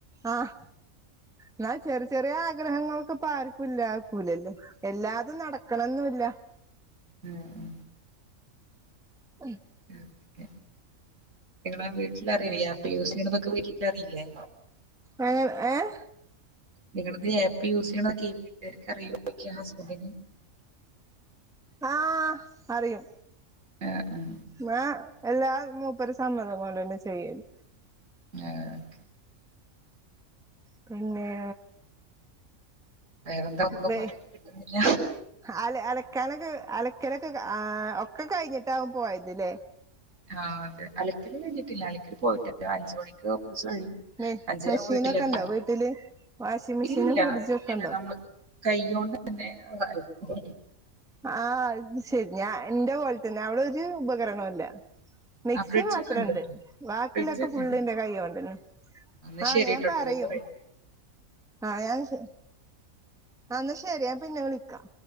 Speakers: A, in the centre; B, on the right (about 60°).
A: ആഹ്. ന്നാൽ ചെറ് ചെറ്യേ ആഗ്രഹങ്ങളൊക്കെ പ്പാര്ക്കും ഇല്ലാക്കൂലല്ലോ എല്ലാതും നട ക്കണം ന്നൂല്ല.
B: ഉം
A: <inaudible>
B: ഉം ഉം ങ്ങളെ വീട്ട്ലാരൂല്ലേ ആപ്പ് യൂസീയ്യ്ണതൊക്കെ വീട്ട്ലറീലേ?
A: അങ്ങ ഏഹ്.
B: നിങ്ങളത് ആപ്പ് യൂസ് യ്യണൊക്കെ വീട്ടാർക്ക് അറിയോയ്ക്കാ ഹസ്ബൻഡിന്.
A: ആഹ് അറിയും.
B: ആഹ് ആ.
A: ഞാ എല്ലാ മൂപ്പരെ സമ്മതം കൊണ്ടെന്നെ ചെയ്യല്.
B: ന്നാ ഓക്കെ.
A: പിന്നെ?
B: വേറെന്താ ഒന്നും
A: വെ
B: പറയാം കിട്ടുന്നില്ല.
A: അല അലക്കാനൊക്കെ അലക്കലൊക്കെ ആഹ് ഒക്കെ കൈഞ്ഞ്ട്ടാവും പോയത് ലേ.
B: ആഹ് അതെ, അലക്കല് കഴിഞ്ഞിട്ടില്ല അലക്കല് പോയിട്ടു അഞ്ച് മണിക്ക് ഓഫീസ് കഴിയും.
A: മെ
B: അഞ്ചരാവും
A: മെഷീനൊക്കെ
B: വീട്ടിലേത്താൻ
A: ഉണ്ടോ വീട്ടില് വാഷിംഗ് മെഷീനും
B: ഇല്ലില്ല
A: ഫ്രിഡ്ജും ഒക്കെ ഉണ്ടോ
B: നമ്മ കൈയോണ്ട്ന്നെ അത് അലക്കും.
A: ആഹ് അത് ശെരി ഞാൻ ന്റെ പോൽ തന്നെ അവടെ ഒരു ഉപകരണോല്ല. മിക്സി
B: ആ ഫ്രിഡ്ജൊക്കെ
A: മാത്രംണ്ട്
B: ഇണ്ട്ട്ടോ
A: ബാക്കി
B: ഫ്രിഡ്ജൊക്കെ
A: ള്ളേക്കെ ഫുള്ള്
B: ഇണ്ട്.
A: ന്റെ കയ്യോണ്ടന്നെ.
B: എന്നാ
A: ആഹ്
B: ശരിട്ടോ
A: ഞാൻ പറയും.
B: ടൈമ് കഴിഞ്ഞു.
A: ആഹ് ഞാൻ ശെ ആഹ് ന്നാ ശെരി ഞാൻ പിന്നെ വിളിക്കാം.